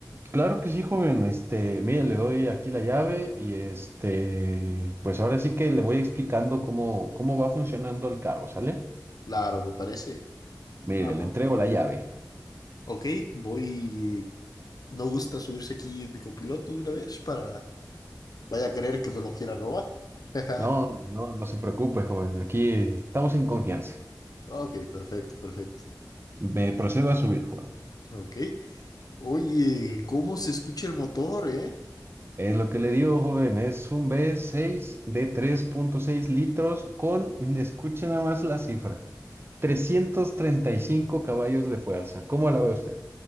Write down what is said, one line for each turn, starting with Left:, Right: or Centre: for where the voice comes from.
Right: Claro que sí, joven, este, mire, le doy aquí la llave y este, pues ahora sí que le voy explicando cómo, cómo va funcionando el carro, ¿sale?
Left: Claro, me parece.
Right: Mire,
Left: Vamos.
Right: le entrego la llave.
Left: Ok, voy. No gusta subirse aquí en mi copiloto de una vez para vaya a creer que me lo quiera robar. <laughs>
Right: No, no, no se preocupe, joven, aquí estamos en confianza.
Left: Ok, perfecto, perfecto.
Right: Me procedo a subir, joven.
Left: Ok. Oye, ¿cómo se escucha el motor, eh?
Right: Es lo que le digo, joven, es un V6 de 3.6 litros con, escuchen nada más la cifra, 335 caballos de fuerza. ¿Cómo la ve usted?